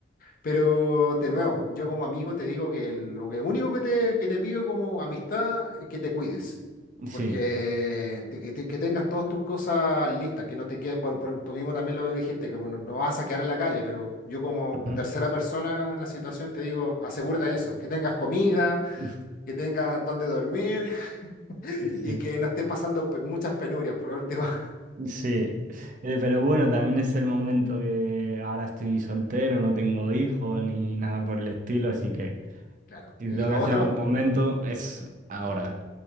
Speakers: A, on the left (about 50°); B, on the right (about 45°).
A: Pero de nuevo, yo como amigo te digo que lo que único que te, que te pido como amistad es que te cuides,
B: sí.
A: porque te- que, te- que tengas todas tus cosas listas, que no te quedes, por, por- tú mismo también lo dijiste, como no, no vas a quedar en la calle, pero yo como
B: <laughs>
A: tercera persona en la situación te digo, asegúrate de eso, que tengas comida,
B: <clears throat>
A: que tengas donde dormir <laughs>
B: <laughs> Sí,
A: y que no estés pasando pe- muchas penurias por último. <laughs>
B: sí. Eh, Pero bueno, también es el momento que ahora estoy soltero, no tengo hijos ni nada por el estilo, así que
A: Claro,
B: si
A: y
B: tengo
A: lo
B: que hacer
A: otro...
B: algún momento es ahora.